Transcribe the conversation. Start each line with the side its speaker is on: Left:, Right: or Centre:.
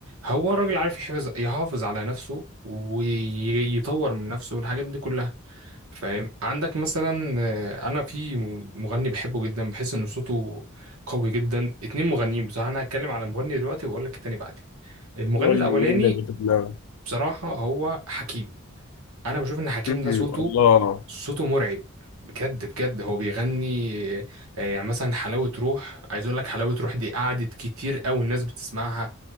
Right: هو الراجل عارف يحافظ يحافظ على نفسه ويطور من نفسه والحاجات دي كلها فاهم عندك مثلا آه، انا في م- مغني بحبه جدا بحس ان صوته قوي جدا اتنين مغنيين بصراحه انا هتكلم على مغني دلوقتي واقول لك التاني بعدين المغني
Left: قول
Right: الاولاني
Left: لي مين اللي في دماغك
Right: بصراحه هو حكيم انا بشوف ان حكيم
Left: م- م-
Right: ده صوته
Left: الله
Right: صوته مرعب بجد بجد هو بيغني آه، يعني مثلا حلاوه روح عايز اقول لك حلاوه روح دي قعدت كتير قوي الناس بتسمعها